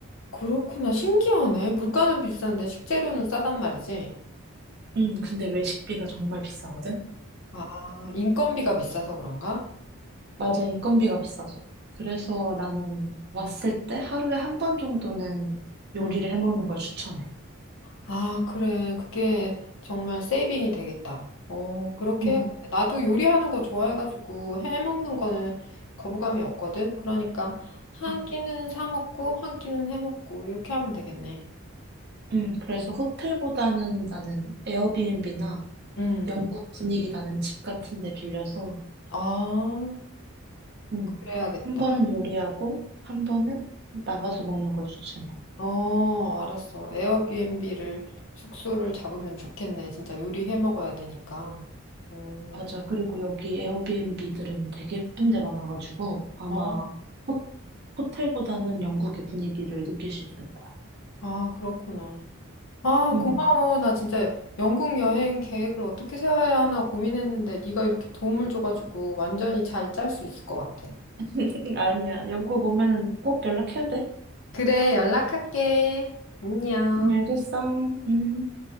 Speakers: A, on the left; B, on the right.
A: 그렇구나. 신기하네. 물가는 비싼데 식재료는 싸단 말이지.
B: 음, 근데 외식비가 정말 비싸거든?
A: 아, 인건비가 비싸서 그런가?
B: 맞아, 인건비가 비싸서. 그래서 나는 왔을 때 하루에 한 번 정도는 요리를
A: 음.
B: 해 먹는 걸 추천해.
A: 아, 그래. 그게 정말 세이빙이 되겠다. 어, 그렇게
B: 음,
A: 해야겠다. 나도 요리하는 거 좋아해가지고 해먹는 거는 거부감이 없거든. 그러니까 한
B: 음,
A: 끼는 사 먹고 한 끼는 해먹고 이렇게 하면 되겠네.
B: 음. 그래서 호텔보다는 나는 에어비앤비나
A: 음.
B: 영국 분위기 나는 집 같은 데 빌려서,
A: 아,
B: 음,
A: 그래야겠다.
B: 한 번은 요리하고, 한 번은 나가서 먹는 걸 추천해.
A: 어, 알았어. 에어비앤비를 숙소를 잡으면 좋겠네. 진짜 요리해 먹어야 되니까. 어,
B: 맞아. 그리고 여기 에어비앤비들은 되게 예쁜 데 많아가지고 아마
A: 어,
B: 호, 호텔보다는 영국의 분위기를 느낄 수 있을 거야.
A: 아, 그렇구나. 아,
B: 응.
A: 고마워. 나 진짜 영국 여행 계획을 어떻게 세워야 하나 고민했는데 네가 이렇게 도움을 줘가지고 완전히 잘 짤 수 있을 것 같아.
B: <laughs> 아니야. 영국 오면은 꼭 연락해야 돼.
A: 그래, 연락할게. 안녕.
B: 응, 알겠어. 응.